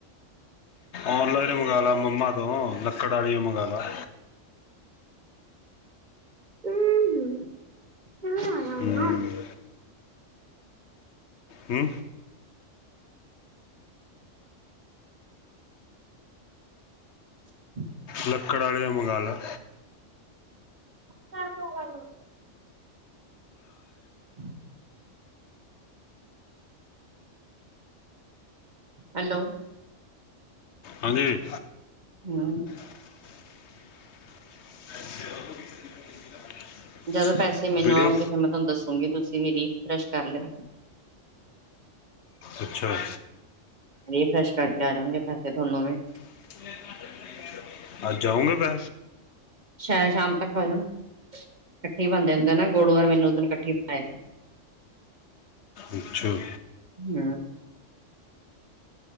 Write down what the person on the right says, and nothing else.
<inaudible>
<unintelligible>
ਕਰ ਲਓ ਗੱਲ। ਹ <unintelligible> ਹੈਲੋ।
ਹੂੰ।
ਜਦੋਂ ਪੈਸੇ ਮੈਨੂੰ
ਆਉਗੇ ਫੇਰ ਮੈਂ ਤੁਹਾਨੂੰ ਦੱਸੂਗੀ ਤੁਸੀਂ ਵੀ ਰਿਫਰੈਸ਼ ਕਰ ਲਿਓ।
ਰੀਫਰੈਸ਼ ਕਰਕੇ ਆ ਜਾਣਗੇ ਪੈਸੇ ਥੋਨੂੰ ਵੀ।
ਸ਼ਾਇਦ ਸ਼ਾਮ ਤੱਕ ਆ ਜਾਣ, ਕੱਠੇ ਈ ਬਣ ਜਾਂਦਾ ਨਾ ਗੁੜ ਔਰ <unintelligible> ਮੈ ਓਦਨ ਕੱਠੇ ਈ ਬਣਾਏ ਸੀ। <unintelligible>
ਹੂੰ।